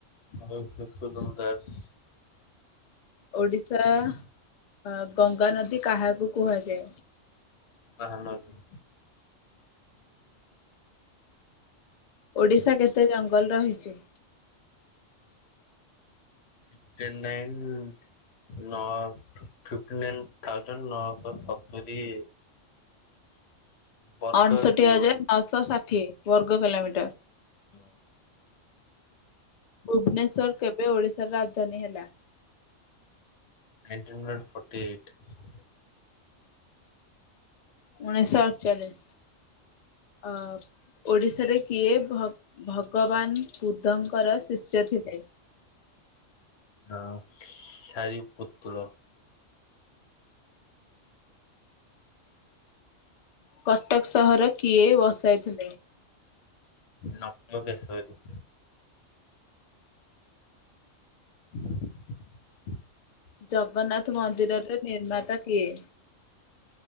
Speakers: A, on the left; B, on the left.
A: ମଧୁସୂଦନ ଦାସ।
B: ଓଡିଶା ଅ ଗଙ୍ଗା ନଦୀ କାହାକୁ କୁହାଯାଏ?
A: ମହାନଦୀ।
B: ଓଡ଼ିଶା କେତେ ଜଙ୍ଗଲ ରହିଛି?
A: ଫିଫ୍ଟିନ ନାଇନ୍ ନଅ ଶ‌ ଫିଫ୍ଟି ନାଇନ ଥାଉଜେଣ୍ଡ ନଅ ଶହ ସତୁରି। ବର୍ଗ
B: ଅଣଷଠି
A: କିଲୋମିଟର।
B: ହଜାର ନଅ ଶହ ଷାଠିଏ ବର୍ଗ କିଲୋମିଟର।
A: <inaudible>
B: ଭୁବନେଶ୍ୱର କେବେ ଓଡ଼ିଶାର ରାଜଧାନୀ ହେଲା?
A: Nineteen hundred forty eight.
B: ଉଣେଇଶ ଅଡଚାଳିଶ ଅ-ଅ ଓଡ଼ିଶାରେ କିଏ ଭଗ୍ ଭଗବାନ ବୁଦ୍ଧଙ୍କର ଶିଷ୍ୟ ଥିଲେ?
A: ହଁ ସାରିପୁତ୍ର।
B: କଟକ ସହର କିଏ ବସାଇଥିଲେ?
A: ନପକେଶରୀ। <unintelligible>
B: ଜଗନ୍ନାଥ ମନ୍ଦିରରେ ନିର୍ମାତା କିଏ?